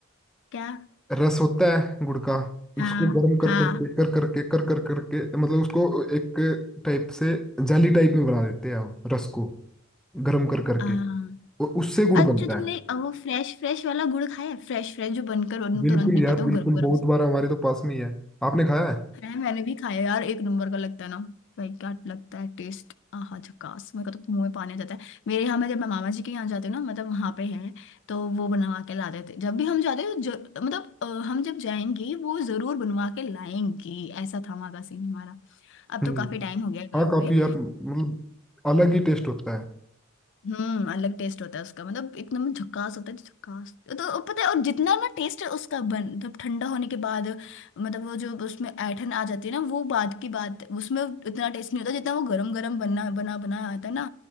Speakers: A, on the left; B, in the centre.
A: क्या
B: रस होता है गुड़ का
A: हाँ
B: उसको गर्म
A: हाँ
B: कर करके कर करके कर कर करके मतलब उसको एक टाइप से जाली टाइप में बना देते हैं हम रस को गर्म कर करके
A: हाँ
B: और उससे गुड़
A: अच्छा
B: बनता
A: तुमने
B: है
A: अ, वो फ्रेश फ्रेश वाला गुड़ खाया है फ्रेश फ्रेश जो बनकर उन-
B: बिल्कुल
A: तुरंत निकलता
B: यार
A: है
B: बिल्कुल
A: वो गरम गरम
B: बहुत
A: से
B: बार हमारे तो पास में ही है आपने खाया है
A: खाया है मैंने भी खाया है यार एक नंबर का लगता है ना भाई क्या लगता है टेस्ट आहा झकास मेरे को तो मुंह में पानी आ जाता है मेरे यहाँ मैं जब मैं मामा जी के यहाँ जाती हूँ ना मतलब वहाँ पे है तो वो बनवा के ला देते जब भी हम जाते हैं तो जर- मतलब अ, हम जब जाएंगे वो जरूर बनवा के लाएंगी ऐसा था वहाँ का सीन हमारा अब
B: हम्म
A: तो काफी टाइम हो गया
B: हाँ
A: गए हुए
B: काफी यार मतलब अलग ही टेस्ट होता है
A: हम्म अलग टेस्ट होता है उसका मतलब एकदम झकास होता है तो झकास तो पता है और जितना ना टेस्ट उसका बन मतलब ठंडा होने के बाद मतलब वो जो उसमें ऐठन आ जाती है ना वो बाद की बात है उसमें इतना टेस्ट नहीं होता जितना वो गरम गरम बना बना बना आता है ना